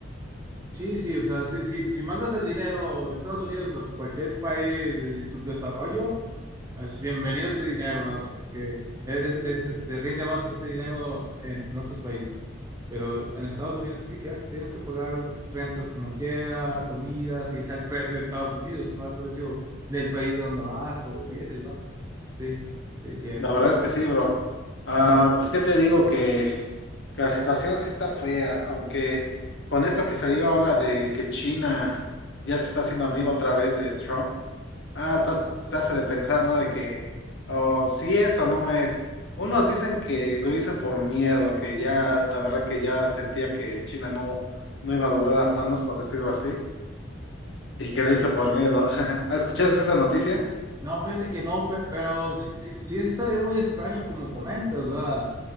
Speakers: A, on the right (about 15°); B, on the left (about 65°).
A: Sí, sí, o sea, si, si, si mandas el dinero de Estados Unidos o cualquier país en subdesarrollo, es bienvenido ese dinero, ¿verdad? Porque es, es- es, este, rinde más ese dinero en, en otros países. Pero en Estados Unidos, sí, cierto, tienes que pagar rentas como quiera, comidas, y es al precio de Estados Unidos, no al precio del país de donde vas o vienes, ¿verdad? Sí, sí, cierto.
B: La verdad es que sí, bro. Ah, pues qué te digo que que la situación sí está fea, aunque con esto que salió ahora de que China ya se está haciendo amigo otra vez de Trump, ah, tas- se hace de pensar, ¿no? De que, oh, sí es o no es. Unos dicen que lo hizo por miedo, que ya, la verdad que ya sentía que China no, no iba a doblar las manos, por decirlo así, y que lo hizo por miedo. <laughs> ¿Escuchaste esa noticia?
A: No, fíjate que no, pe- pero sí, sí, sí estaría muy extraño como comentas, ¿verdad?